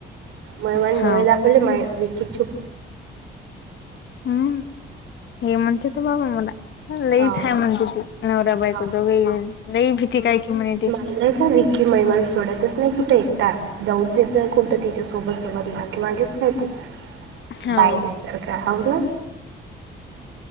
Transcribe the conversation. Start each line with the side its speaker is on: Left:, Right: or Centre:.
Right: महिमाने
Left: हाव
Right: डोळे दाखवले विकी चूप
Left: हम्म हे म्हणतेेत बाबा मला लई
Right: हा
Left: छान म्हणतेती नवरा बायको
Right: हा
Left: दोघे ही जण लई भीती काय की म्हनेती
Right: नाही का विकी महिमाला सोडतच नाही कुठे एकटा जाऊचं देत नाही कुठं तिच्या सोबत सोबत मागे मागेच राहते.
Left: हाव
Right: बायल्यासारखं हव ना